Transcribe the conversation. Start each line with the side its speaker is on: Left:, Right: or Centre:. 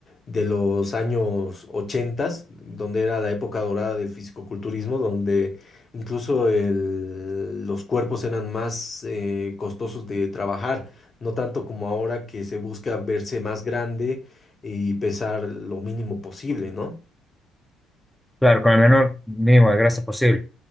Left: de los años ochentas, donde era la época dorada del fisicoculturismo, donde incluso el- los cuerpos eran más eh, costosos de trabajar, no tanto como ahora que se busca verse más grande y pesar lo mínimo posible, ¿no?
Centre: Claro, con el menor mínimo de grasa posible.